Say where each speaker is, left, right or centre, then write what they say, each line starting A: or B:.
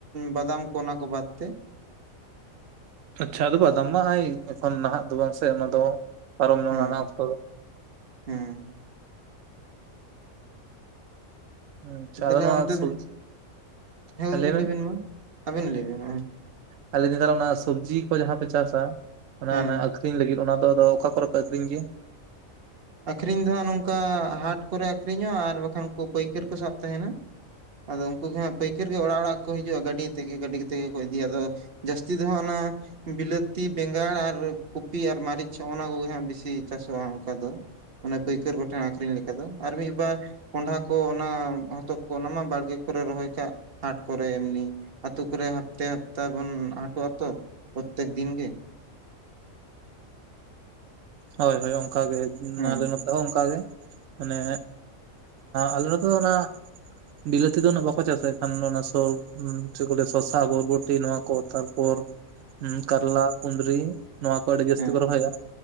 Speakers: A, on the right; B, on the right.
A: ᱵᱟᱫᱟᱢ ᱠᱚ ᱚᱱᱟ ᱠᱚ ᱵᱟᱫ ᱛᱮ
B: ᱟᱪᱪᱷᱟ ᱟᱫᱚ ᱵᱟᱫᱟᱢ ᱢᱟ ᱟᱭ ᱮᱠᱷᱚᱱ ᱱᱟᱦᱟᱜ ᱫᱚ ᱵᱟᱝ ᱥᱮ ᱚᱱᱟ ᱫᱚ ᱯᱟᱨᱚᱢ ᱱᱟ
A: ᱦᱮᱸ
B: ᱱᱟ ᱚᱠᱛᱚ ᱫᱚ᱾
A: ᱦᱮᱸ
B: ᱟᱪᱪᱷᱟ
A: ᱛᱟᱦᱞᱮ
B: ᱱᱚᱣᱟ
A: ᱚᱱᱛᱮ
B: ᱥᱚᱵᱽᱡᱤ,
A: ᱫᱚ
B: ᱦᱮᱸ
A: ᱜᱚᱝᱠᱮ
B: ᱞᱟᱹᱭ ᱢᱮ
A: ᱵᱮᱱ ᱢᱟ ᱟᱵᱮᱱ ᱞᱟᱹᱭ ᱵᱮᱱ ᱢᱟ
B: ᱟᱨ ᱞᱟᱹᱭ ᱮᱫᱟᱹᱧ ᱱᱮᱛᱟᱨ ᱚᱱᱟ ᱥᱚᱵᱽᱡᱤ ᱠᱚ ᱡᱟᱦᱟᱸ ᱯᱮ ᱪᱟᱥᱟ ᱚᱱᱟ
A: ᱦᱮᱸ
B: ᱟᱠᱷᱨᱤᱧ ᱞᱟᱹᱜᱤᱫ ᱚᱱᱟ ᱫᱚ ᱟᱫᱚ ᱚᱠᱟ ᱠᱚᱨᱮ ᱯᱮ ᱟᱠᱷᱨᱤᱧ ᱜᱮᱭᱟ?
A: ᱟᱠᱷᱨᱤᱧ ᱫᱚ ᱦᱟᱸᱜ ᱱᱚᱝᱠᱟ ᱦᱟᱴ ᱠᱚᱨᱮ ᱟᱠᱷᱨᱤᱧᱚᱜᱼᱟ ᱟᱨ ᱵᱟᱠᱷᱟᱱ ᱯᱟᱹᱭᱠᱟᱹᱨ ᱠᱚ ᱥᱟᱵ ᱛᱟᱦᱮᱱᱟ᱾ ᱟᱫᱚ ᱩᱱᱠᱩ ᱜᱮ ᱦᱟᱸᱜ ᱯᱟᱹᱭᱠᱟᱹᱨ ᱜᱮ ᱚᱲᱟᱜ ᱚᱲᱟᱜ ᱠᱚ ᱦᱤᱡᱩᱜᱼᱟ ᱜᱟᱹᱰᱤ ᱛᱮᱜᱮ ᱜᱟᱹᱰᱤ ᱠᱟᱛᱮ ᱜᱮ ᱠᱚ ᱤᱫᱤᱭᱟ᱾ ᱟᱫᱚ ᱡᱟᱹᱥᱛᱤ ᱫᱚ ᱦᱟᱸᱜ ᱚᱱᱟ ᱵᱤᱞᱟᱹᱛᱤ ᱵᱮᱸᱜᱟᱲ ᱟᱨ ᱠᱚᱯᱤ ᱟᱨ ᱢᱟᱹᱨᱤᱪ ᱚᱱᱟ ᱠᱚᱜᱮ ᱦᱟᱜ ᱵᱤᱥᱤ ᱪᱟᱥᱚᱜᱼᱟ ᱚᱱᱠᱟ ᱫᱚ ᱚᱱᱟ ᱯᱟᱹᱭᱠᱟᱹᱨ ᱠᱚᱴᱷᱮᱱ ᱟᱠᱷᱨᱤᱧ ᱞᱮᱠᱟ ᱫᱚ ᱟᱨ ᱢᱤᱫᱵᱟᱨ ᱠᱚᱸᱰᱷᱟ ᱠᱚ ᱚᱱᱟ ᱦᱚᱛᱚᱫ ᱠᱚ ᱚᱱᱟᱢᱟ ᱵᱟᱲᱜᱮ ᱠᱚᱨᱮ ᱨᱚᱦᱚᱭ ᱠᱟᱜ ᱦᱟᱴ ᱠᱚᱨᱮ ᱮᱢᱱᱤ ᱟᱹᱛᱩ ᱠᱚᱨᱮ ᱦᱟᱯᱛᱟ ᱦᱟᱯᱛᱟ ᱵᱚᱱ ᱦᱟᱴᱚᱜ-ᱟ ᱛᱚ ᱯᱨᱚᱛᱛᱮᱠ ᱫᱤᱱ ᱜᱮ᱾
B: ᱦᱳᱭ ᱦᱳᱭ ᱚᱱᱠᱟ ᱜᱮ
A: ᱦᱮᱸ
B: ᱟᱞᱮ ᱱᱚ ᱛᱮ ᱦᱚᱸ ᱚᱱᱠᱟᱜᱮ ᱢᱟᱱᱮ ᱟᱞᱮ ᱱᱚᱛᱮ ᱫᱚ ᱚᱱᱟ ᱵᱤᱞᱟᱹᱛᱤ ᱫᱚ ᱵᱟᱠᱚ ᱪᱟᱥᱟ ᱮᱱᱠᱷᱟᱱ ᱚᱱᱟ ᱪᱮᱫ ᱠᱚ ᱞᱟᱹᱭᱟ ᱥᱚᱥᱟ ᱵᱚᱨᱵᱚᱴᱤ ᱱᱚᱣᱟ ᱠᱚ ᱛᱟᱨᱯᱚᱨ
A: <unintelligible>
B: ᱦᱮ ᱠᱟᱨᱞᱟ ᱠᱩᱸᱫᱨᱤ ᱱᱚᱶᱟ ᱠᱚ ᱟᱹᱰᱤ ᱡᱟᱹᱥᱛᱤ
A: ᱦᱮᱸ
B: ᱠᱚ ᱨᱚᱦᱚᱭᱟ᱾